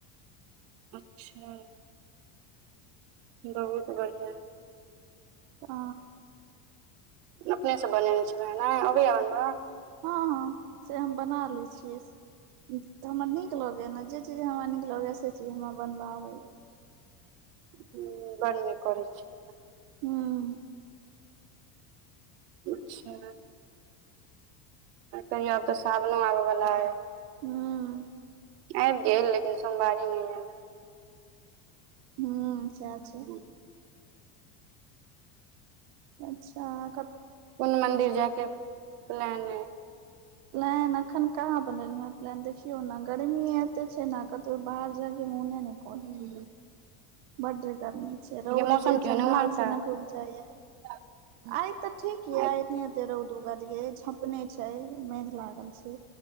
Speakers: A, on the right; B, on the right.
A: अच्छा! बहुत बढ़िआँ।
B: ह।
A: अपनेसँ बनेने छलै ह ने अबैया बनबऽ।
B: हँ -हँ से हम बना लैत छियै। तऽ हमरा नीक लगैएा ने जे चीज हमरा नीक लगैएा से चीज हमरा बनबऽ आबैय।
A: ह बढ़ नीक करै छी।
B: हूं।
A: अच्छा! कहियौ आब तऽ सावनो आबय बला है।
B: हूं।
A: आबि गेल लेकिन सोमवारी न य
B: हू सेह
A: हम्म,
B: छै। अच्छा कत
A: कोन मंदिर जायके प्लान ऐ।
B: नै हम अखैन कहां बनैलो हे, देखियो ने गर्मी एतै छै ने, कतो बाहर जायके मोने ने
A: हू।
B: बड्ड गर्मी छै रौद
A: मौसम
B: जे
A: केहन
B: चंडाल
A: अइ उम्हरका
B: सनक उगजाए।
A: <unintelligible>
B: आइ ते ठीक ये
A: आइ
B: एते रौद उगल ये झंपने छै मेघ लागल छै।